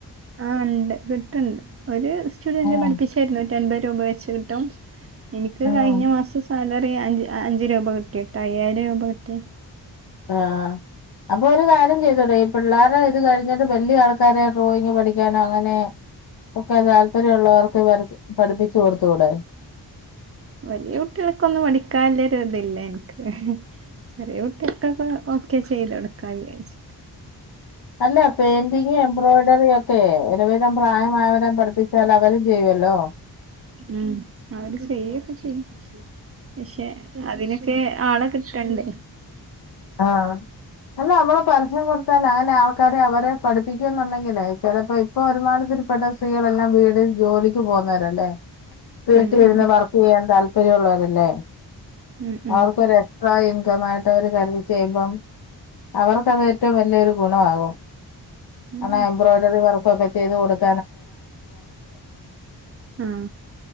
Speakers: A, on the right (about 35°); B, on the left (about 60°).
A: ആഹ് ഉണ്ട് കിട്ടണ്ട് ഒരു സ്റ്റുഡന്റ്
B: ആഹ്
A: പഠിപ്പിച്ചായിരുന്നു എൺപത് രൂപ വെച്ച് കിട്ടും എനിക്ക്
B: ഉം
A: കഴിഞ്ഞ മാസം സാലറി അഞ്ച് അഞ്ച് രൂപ കിട്ടി കേട്ടോ അയ്യായിരം രൂപ കിട്ടി
B: ആഹ് അപ്പൊ ഒരു കാര്യം ചെയ്തൂടെ ഈ പിള്ളേരെ ഇത് കഴിഞ്ഞിട്ട് വലിയ ആൾക്കാരെ ഡ്രോയിങ് പഠിക്കാനോ അങ്ങനെ ഒക്കെ താല്പര്യം ഉള്ളവർക്ക് പഠ പഠിപ്പിച്ചു കൊടുത്തൂടെ
A: വലിയ കുട്ടികളൊക്കെ ഒന്നും പഠിപ്പിക്കാൻ ഒരു ഇതില്ല എനിക്ക് ചെറിയ കുട്ടികൾക്കൊക്കെ ഓക്കെ ചെയ്തു കൊടുക്കാ വിചാരിച്
B: അല്ല പെയിന്റിങ് എംബ്രോടറി ഒക്കെ ഒരു വിധം പ്രായമായവരെ ഒക്കെ പഠിപ്പിച്ചാൽ അവരും ചെയ്യുമല്ലോ
A: ഉം അവര് <unintelligible> പക്ഷെ അതിനെ ഓക്കെ ആളെ കിട്ടണ്ടേ
B: ആഹ് അല്ല നമ്മള് പരസ്യം കൊടുത്താൽ അങ്ങനെ ആൾക്കാരെ അവരെ പഠിപ്പിക്കും എന്നുണ്ടെങ്കിലേ ചിലപ്പോൾ ഇപ്പൊ ഒരുമാതിരി പെട്ട സ്ത്രീകൾ തന്നെ വീട് ജോലിക്ക് പോകുന്നവരല്ലേ വീട്ടിലിരുന്നു
A: ഉം ഉം
B: വർക്ക് ചെയ്യാൻ താല്പ താല്പര്യയുള്ളവരല്ലേ
A: ഉം ഉം
B: അവർക്ക് ഒരു എക്സ്ട്രാ ഇൻകം സുഖമായിട്ട് ഒരു ചെയ്യുമ്പം അവർക്കത് ഏറ്റവും വലിയൊരു ഗുണ ആകോ
A: ഉം
B: അന്നാ എംബ്രോയിഡറി വർക്ക് <unintelligible>
A: ഉം